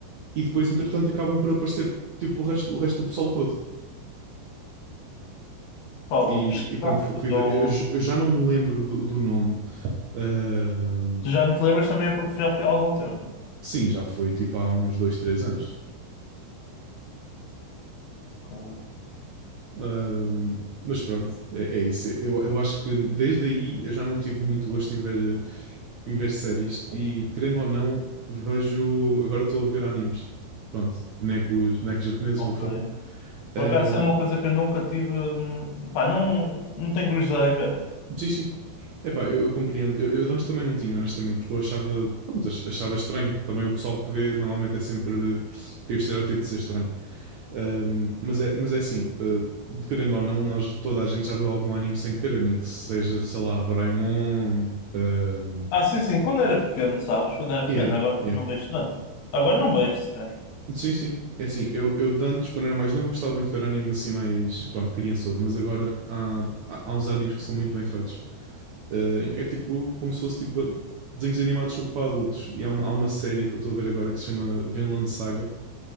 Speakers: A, on the right; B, on the left.
A: e depois, entretanto, acabam por aparecer, tipo, o resto, o resto do pessoal todo.
B: Pá, vou
A: E,
B: pesquisar,
A: e pronto,
B: porque
A: fu- fui
B: estou.
A: ver. Eu, j- eu já não me lembro do, do nome. Eh,
B: Se já não te lembras também é porque já foi há algum tempo.
A: sim, já foi, tipo, há uns dois, três anos.
B: Ok.
A: Ahm, mas pronto, é, é isso. Eu, eu acho que desde aí eu já não tive muito gosto em ver, em ver séries e, querendo ou não, vejo. Agora estou a ver animes. Pronto, bonecos, bonecos japoneses,
B: Ok.
A: no fundo.
B: Por
A: Ahm,
B: acaso é uma coisa que eu nunca tive. hum, Pá, não, não tenho curiosidade em ver.
A: sim, sim. Epá, eu, eu compreendo. Eu, eu de antes também não tinha, honestamente, porque eu achava, pronto, ach- achava estranho. Também o pessoal que vê normalmente é sempre. tem o estereótipo de ser estranho. Um, mas é, mas é assim, uh, querendo ou não, nós, toda a gente já viu algum anime sem querer, nem que seja, sei lá, Doraemon. um,
B: Ah, sim, sim, quando era pequeno, sabes? Quando era
A: yeah,
B: pequeno, agora
A: yeah.
B: não vejo tanto. Agora não vejo sequer.
A: Sim, sim. É assim, eu, eu de antes, quando era mais novo, eu gostava muito de ver anime assim, mais, pronto, criançudo, mas agora há, há há uns animes que são muito bem feitos, uh, em que é tipo, como se fosse tipo desenhos animados só que para adultos. E há uma, há uma série que eu estou a ver agora que se chama Vinland Saga,